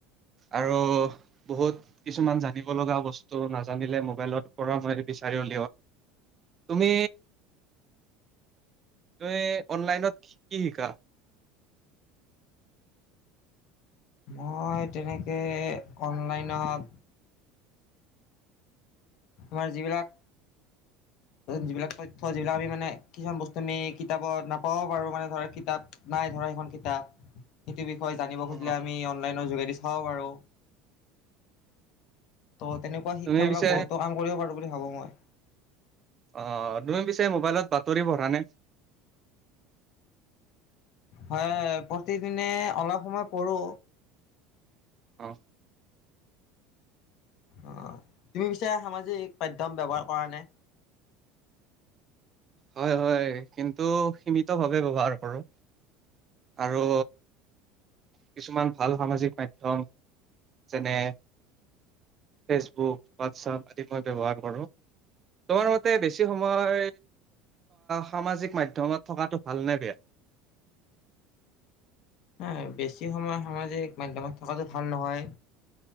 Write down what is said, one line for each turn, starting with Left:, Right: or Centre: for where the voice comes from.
Right: আৰু বহুত কিছুমান জানিব লগা বস্তু নাজানিলে মোবাইলৰ পৰা মই <unintelligible>
Left: <inaudible>
Right: তুমি, তুমি অনলাইনত কি শিকা?
Left: মই, তেনেকে অনলাইনত আমাৰ যিবিলাক যিবিলাক তথ্য যিবিলাক আমি মানে কিছুমান বস্তু আমি কিতাপত নাপাও পাৰো মানে ধৰ কিতাপ নাই ধৰ খন কিতাপ সেইটো বিষয়ে জানিব খুজিলে
Right: অ,
Left: আমি অনলাইনৰ যোগেদি চাব পাৰোঁ। ত' তেনেকুৱা শিক্ষাবিলাক
Right: তুমি পিছে
Left: বহুতো কাম কৰিব পাৰো বুলি ভাবো মই।
Right: অ তুমি পিছে মোবাইলত বাতৰি পঢ়া নে?
Left: হয় প্ৰতিদিনে অলপ সময় কৰো।
Right: আহ।
Left: অ' তুমি পিচাৰা সামাজিক মাধ্যয়ম ব্য্ৱহাৰ কৰা নে?
Right: হয় হয় কিন্তু সীমিত ভাৱে ব্য্ৱহাৰ কৰো। আৰু কিছুমান ভাল সামাজিক মাধ্য়ম যেনে, ফেচবুক হোৱাটছআপ আদি মই ব্যৱহাৰ কৰোঁ। তোমাৰ মতে বেছি সময় সামাজিক মাধ্্যমত থকাটো ভাল নে বেয়া?
Left: হ বেছি সময় সামাজিক মাধ্যমত থকাতটো ভাল নহয়।